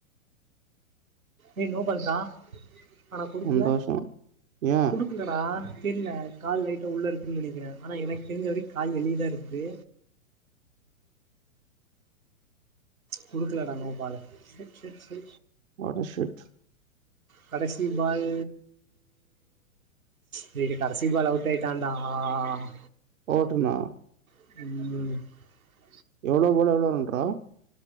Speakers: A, on the right; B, on the right.
A: ஏ நோபல் ரா ஆனா குடுக்கல
B: சந்தோஷம். ஏன்?
A: குடுக்கல டா தெரில கால் லைட்டா உள்ள இருக்குன்னு நெனைக்கிற ஆனா எனக்கு தெரிஞ்ச வரைக் கால் வெளிய தா இருக்குது கொடுக்கலடா நோ பாலு ச ச சை
B: வாட் எ ஷிட்
A: கடைசி பால் டேய் டேய் கடைசி பால் அவுட் ஆயிட்டான்டா ஆ ஆ
B: ஓட்டுன
A: உம்
B: எவ்ளோ பால் எவ்ளோ ரண்ரா